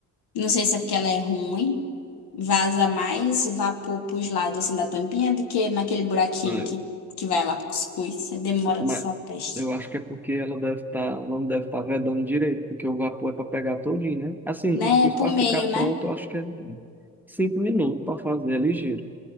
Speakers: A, on the left; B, in the centre.
A: Não sei se é porque ela é ruim. Vaza mais vapor pros lados assim da tampinha do que naquele buraquinho
B: Aham.
A: que, que vai lá pro cuscuz. Você demora
B: Mas
A: com sua peste.
B: eu acho que é porque ela deve estar, ela não deve estar vedando direito, porque o vapor é para pegar todinho, né? Assim,
A: Né?
B: o cuscuz
A: É Pro
B: para
A: meio,
B: ficar
A: né?
B: pronto, eu acho que é cinco minutos para fazer, é ligeiro.